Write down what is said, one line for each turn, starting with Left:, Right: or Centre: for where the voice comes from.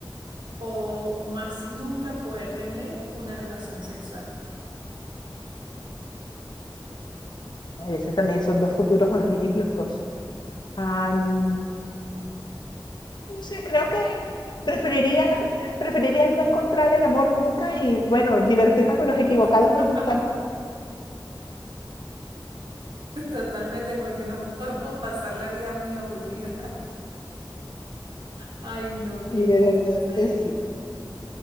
Right: o más nunca poder tener una relación sexual?
Left: Ay, ese también, esos dos futuros horribles los dos. Am, no sé, creo que preferiría, <laughs> preferiría no encontrar el amor nunca y, bueno, divertirme con los equivocados
Right: <laughs>
Left: mientras tanto.
Right: Totalmente, porque no <laughs> podemos pasar la vida muy aburrida. Ay, no, qué
Left: Y
Right: graciosa
Left: de verdad que
Right: eres.
Left: sí.